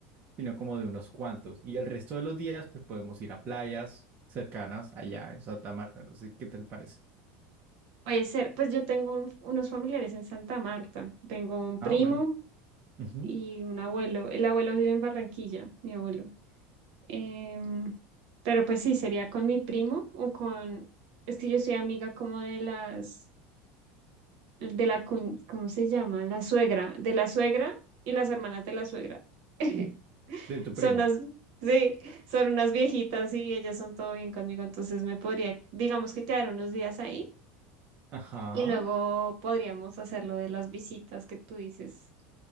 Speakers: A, on the right; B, on the right.
A: sino como de unos cuantos. Y el resto de los días, pues podemos ir a playas cercanas allá en Santa Marta. No sé qué te parece.
B: Puede ser, pues yo tengo un- unos familiares en Santa Marta. Tengo un primo
A: Ah, bueno. Ujú.
B: y un abuelo. El abuelo vive en Barranquilla, mi abuelo. Em, pero pues sí, sería con mi primo o con... Es que yo soy amiga como de las de la, cuñ- ¿cómo se llama? La suegra, de la suegra y las hermanas de la suegra. <laughs>
A: De tu
B: Son
A: primo.
B: las, sí, son unas viejitas y ellas son todo bien conmigo, entonces me podría, digamos que quedar unos días ahí
A: Ajá.
B: y luego podríamos hacer lo de las visitas que tú dices.